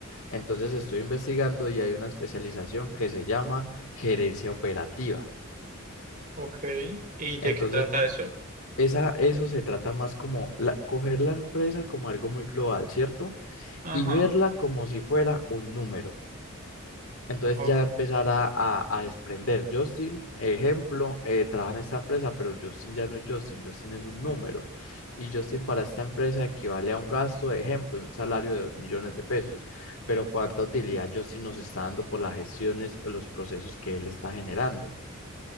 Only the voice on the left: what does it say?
Entonces estoy investigando y hay una especialización que se llama gerencia operativa.
Entonces,
yo-
esa, eso se trata más como la- coger la empresa como algo muy global, ¿cierto?
Y verla como si fuera un número. Entonces
ya empezar a, a- a desprender. Justin, ejemplo, eh, trabaja en esta empresa, pero Justin ya no es Justin, Justin es un número. Y Justin para esta empresa equivale a un gasto, de ejemplo, un salario de 2 millones de pesos. Pero cuánta utilidad Justin nos está dando por las gestiones, los procesos que él está generando.